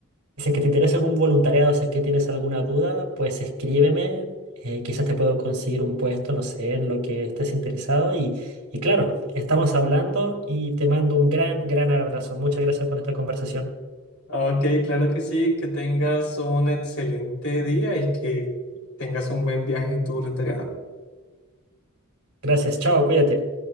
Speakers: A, on the right; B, on the left.
A: Y Si es que te interesa algún voluntariado, si es que tienes alguna duda, pues escríbeme. eh, quizás te puedo conseguir un puesto, no sé, en lo que estés interesado. Y, y claro, estamos hablando y te mando un gran, gran abrazo. Muchas gracias por esta conversación.
B: Ok, claro que sí, que tengas un excelente día y que tengas un buen viaje en tu voluntariado.
A: Gracias, chao, cuídate.